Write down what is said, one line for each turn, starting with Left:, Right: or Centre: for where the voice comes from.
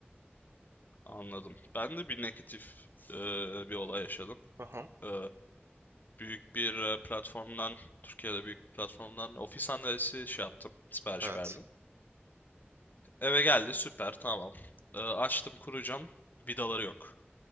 Left: Anladım. Ben de bir negatif e, bir olay yaşadım.
Right: Hı hı.
Left: E, büyük bir e, platformdan, Türkiye'de büyük bir platformdan ofis sandalyesi şey yaptım, sipariş
Right: Evet.
Left: verdim. Eve geldi, süper, tamam. E, açtım, kuracağım, vidaları yok.